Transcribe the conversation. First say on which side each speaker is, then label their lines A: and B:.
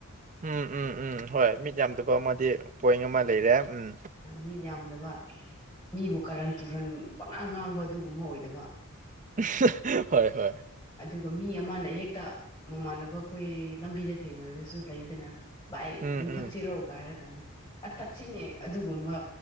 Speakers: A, on the right; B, on the left.
A: ꯎꯝ ꯎꯝ ꯎꯝ ꯍꯣꯏ ꯃꯤꯠ ꯌꯥꯝꯗꯕ ꯑꯃꯗꯤ ꯄꯣꯏꯟ ꯑꯃ ꯂꯩꯔꯦ ꯎꯝ
B: ꯃꯤꯠ ꯌꯥꯝꯗꯕ ꯃꯤꯕꯨ ꯀꯥꯔꯟ ꯇꯨꯔꯟ ꯄꯉꯥꯡ ꯉꯥꯡꯕ ꯑꯗꯨꯒꯨꯝꯕ ꯑꯣꯏꯗꯕ
A: <unintelligible> ꯍꯣꯏ ꯍꯣꯏ
B: ꯑꯗꯨꯒ ꯃꯤ ꯑꯃꯅ ꯍꯦꯛꯇ ꯃꯃꯥꯟꯅꯕꯈꯣꯏ ꯂꯝꯕꯤꯗ ꯊꯦꯡꯅꯔꯖꯨ ꯂꯩꯗꯅ ꯕꯥꯥꯏ
A: ꯎꯝ
B: ꯌꯨ
A: ꯎꯝ
B: ꯊꯛꯁꯤꯔꯣꯒ ꯍꯥꯏꯔ ꯀꯥꯟꯗ ꯑꯁ ꯊꯛꯁꯤꯅꯦ ꯑꯗꯨꯒꯨꯝꯕ